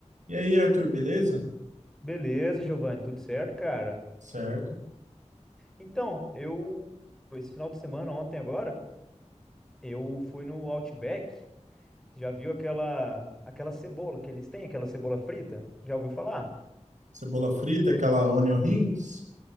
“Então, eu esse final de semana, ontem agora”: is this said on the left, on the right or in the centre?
Centre